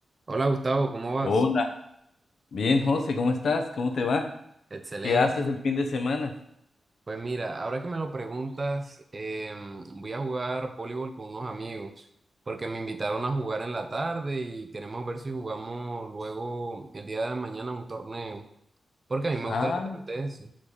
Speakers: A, on the right; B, on the left.
A: Hola Gustavo, ¿cómo vas?
B: Hola, bien, José, ¿cómo estás? ¿Cómo te va?
A: Excelente.
B: ¿Qué haces el fin de semana?
A: Pues mira, ahora que me lo preguntas, em, voy a jugar voleibol con unos amigos, porque me invitaron a jugar en la tarde y queremos ver si jugamos luego el día de mañana un torneo, porque a mí me
B: Ah,
A: gusta bastante eso.